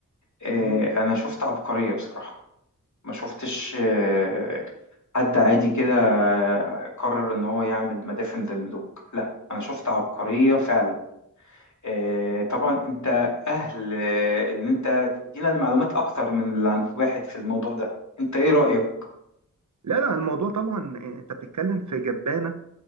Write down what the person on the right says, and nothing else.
مم.
لا لا الموضوع طبعا آه، انت بتتكلم في جبانه